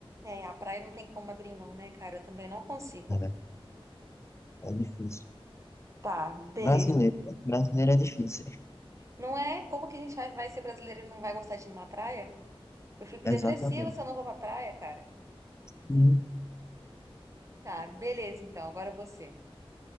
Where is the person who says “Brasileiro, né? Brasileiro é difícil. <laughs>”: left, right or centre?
Left